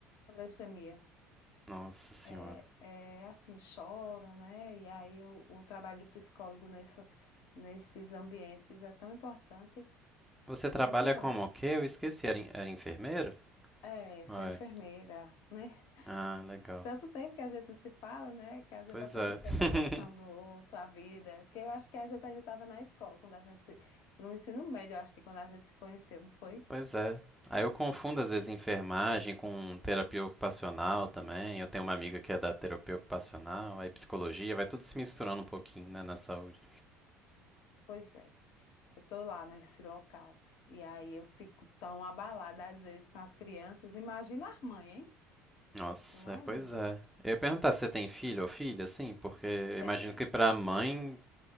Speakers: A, on the left (about 55°); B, in the centre.
A: leucemia.
B: Nossa senhora.
A: É, é assim, choram, né? E aí o, o trabalho do psicólogo nessa- nesses ambientes é tão importante.
B: Você trabalha
A: De vez em quando.
B: como o quê? Eu esqueci, era, en- era enfermeiro?
A: É,
B: Ah,
A: sou enfermeira,
B: é.
A: né?
B: Ah, legal.
A: Tanto tempo que a gente não se fala, né? Que a gente
B: Pois
A: até
B: é.
A: esquece a profissão
B: <laughs>
A: do outro, a vida. Que eu acho que a gente ainda estava na escola, quando a gente se... no ensino médio, eu acho que quando a gente se conheceu, não foi?
B: Pois é. Aí eu confundo às vezes enfermagem com terapia ocupacional também. Eu tenho uma amiga que é da terapia ocupacional, aí psicologia, vai tudo se misturando um pouquinho, né, na saúde.
A: Pois é. Eu estou lá nesse local. E aí eu fico tão abalada às vezes com as crianças. Imagina as mães, hein?
B: Nossa,
A: Imagina.
B: é, pois é. Eu ia perguntar se você tem filho ou filha, assim, porque eu
A: Tem.
B: imagino que pra mãe